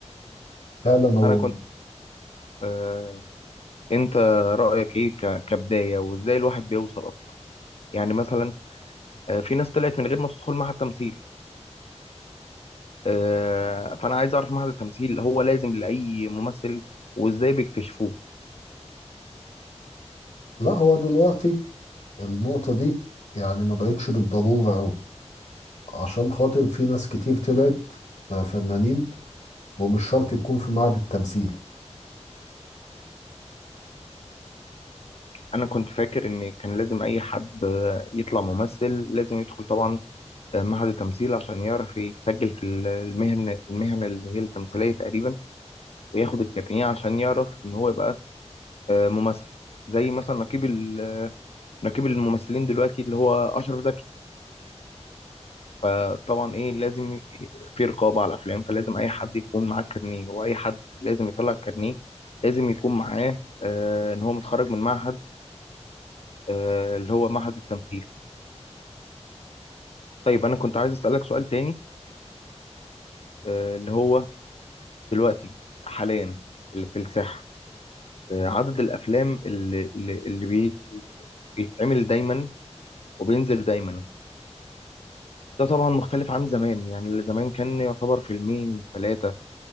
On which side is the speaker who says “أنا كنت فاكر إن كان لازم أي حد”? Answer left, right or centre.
Left